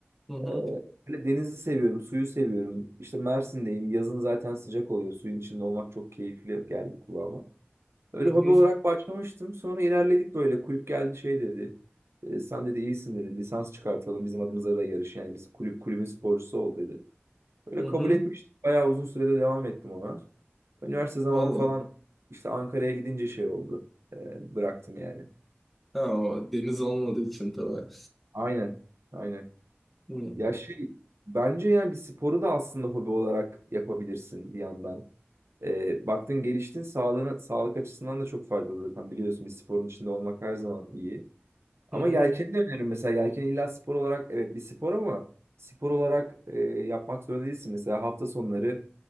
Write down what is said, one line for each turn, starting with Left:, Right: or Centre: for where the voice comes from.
Centre: Hı hı.
Right: Ee, Hani denizi seviyorum, suyu seviyorum. İşte Mersin'deyim. Yazın zaten sıcak oluyor. Suyun içinde olmak çok keyifli geldi kulağıma. Öyle
Centre: Hı hı.
Right: hobi olarak başlamıştım. Sonra ilerledik böyle. Kulüp geldi şey dedi. "E, sen dedi iyisin dedi. Lisans çıkartalım. Bizim adımıza da yarış. Yani biz kulüp kulübün sporcusu ol dedi. Öyle
Centre: Hı
Right: kabul
Centre: hı.
Right: etmiştik. Bayağı uzun sürede devam ettim ona. Üniversite zamanı
Centre: Valla.
Right: falan işte Ankara'ya gidince şey oldu. Ee, bıraktım yani.
Centre: Ha, o deniz olmadığı için tabii.
Right: Aynen. Aynen.
Centre: Hı.
Right: Ya şey bence yani bir sporu da aslında hobi olarak yapabilirsin bir yandan. Ee, baktın geliştin sağlığına, sağlık açısından da çok faydalıdır. Hani biliyorsun bir sporun içinde olmak her zaman iyi. Ama
Centre: Hı hı.
Right: yelkeni de öneririm mesela yelken illa spor olarak evet bir spor ama spor olarak e, yapmak zorunda değilsin. Mesela hafta sonları